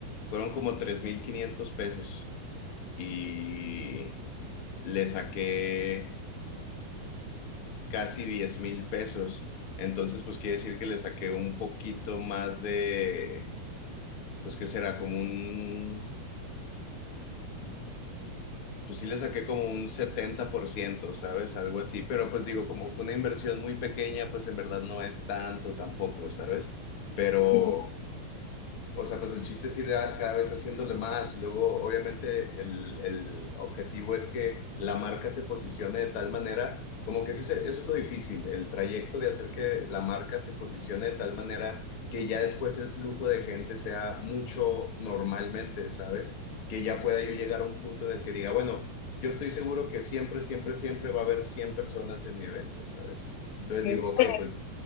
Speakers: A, on the left (about 60°); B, on the left (about 80°).
A: fueron como tres mil quinientos pesos y le saqué casi diez mil pesos. Entonces, pues quiere decir que le saqué un poquito más de, pues qué será, como un pues sí le saqué como un setenta por ciento ¿sabes? Algo así, pero pues digo, como fue una inversión muy pequeña, pues en verdad no es tanto tampoco, ¿sabes? Pero
B: Sí, sí,
A: o sea, pues el chiste es ir a- cada vez haciéndole más y luego obviamente el, el objetivo es que la marca se posicione de tal manera, como que eso es, eso es lo difícil, el trayecto de hacer que la marca se posicione de tal manera que ya después el flujo de gente sea mucho normalmente, ¿sabes? Que ya pueda yo llegar a un punto en el que diga, bueno, yo estoy seguro que siempre, siempre, siempre va a haber 100 personas en mi evento, ¿sabes? Entonces
B: sí.
A: digo, ok,
B: Ok.
A: pues